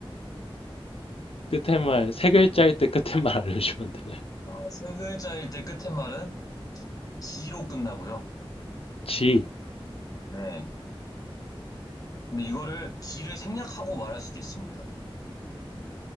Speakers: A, on the left; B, on the left.
A: 끝에 말, 세 글자일 때 끝에 말 알려주면 안 되나요?
B: 어, 세 글자일 때 끝에 말은 이제 지로 끝나고요.
A: 지.
B: 네. 근데 이거를 지를 생략하고 말할 수도 있습니다.